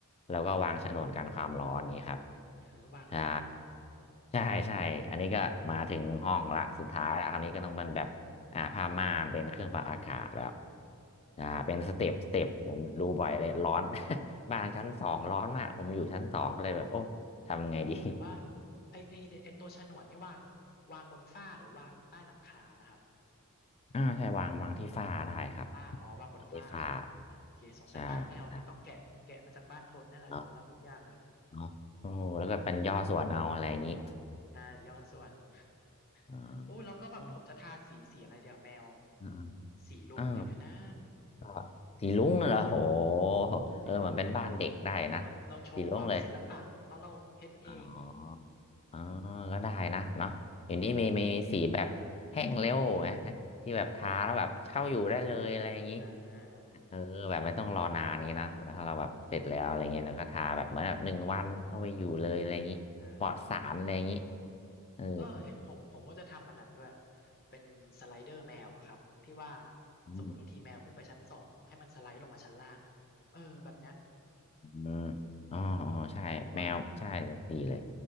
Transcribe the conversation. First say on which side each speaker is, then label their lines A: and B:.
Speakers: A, on the left (about 30°); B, on the left (about 45°).
A: แล้วก็วางฉนวนกันความร้อนอย่างนี้ครับ
B: อืมเออวางอีกนะ
A: ใช่ใช่ใช่อันนี้ก็มาถึงห้องละสุดท้ายละคราวนี้ก็ต้องเป็นแบบอ่าผ้าม่านเป็นเครื่องปรับอากาศแล้วอ่าเป็นสเต็ปสเต็ปผมดูบ่อยเลยร้อน
B: อืม
A: <laughs>
B: อ๋อ
A: บ้านชั้นสองร้อนมากผมอยู่ชั้นสองก็เลยแบบโอ้ทำไงดี
B: โอ้หรือว่าไอไอไอตัวฉนวนนี่วางวางบนฝ้าหรือวางใต้หลังคานะครับ
A: อ่าใช่วางวางที่ฝ้าได้ครับ
B: ฝ้าอ๋อวางบนฝ้าใช่ไหมครับโอเคสงสัยบ้านแมวต้องต้องแกะแกะมาจากบ้านคนนั่นแหละดูแล้วทุกอย่างเลย
A: ไฟฟ้าใช่ใช่เนาะเนาะโอ้โหแล้วก็เป็นย่อส่วนเอาอะไรอย่างนี้
B: ใช่ยอดส่วน
A: <laughs> อ่า
B: <laughs> โอ้ยแล้วก็แบบผมจะทาสีสีอะไรเดี๋ยวแมว
A: อ่าอืมๆเอ่า
B: สีรุ้งดีไหมนะ
A: ก็สีลุ้งน่ะเหรอโหเออเหมือนเป็นบ้านเด็กได้นะ
B: สีรุ้งมาเลยเราเราโชว์ความศิลปะเพราะเราเพ้นท์เอง
A: สีลุ้งเลยอ๋ออ๋อก็ได้นะเนาะเห็นที่มีมีสีแบบแห้งเร็วไหม
B: <laughs>
A: ที่แบบทาแล้วแบบเข้าอยู่ได้เลยอะไรอย่างนี้
B: อ่า
A: เออแบบไม่ต้องรอนานนี้นะถ้าเราแบบเสร็จแล้วอะไรเงี้ยแล้วก็ทาแบบเหมือนแบบหนึ่งวันเข้าไปอยู่เลยอะไรอย่างนี้ปลอดสารอะไรอย่างนี้
B: ใช่
A: เออ
B: เออเห็นผมผมว่าจะทำมันนั้นด้วยเป็นสไลเดอร์แมวอะครับที่ว่า
A: อืม
B: สมมติบางทีแมวขึ้นไปชั้นสองเนาะให้มันสไลด์ลงมาชั้นล่างอะเออแบบเนี้ย
A: อม
B: เออผมผมว่า
A: อ๋ออ๋อใช่แมวใช่เลยดีเลย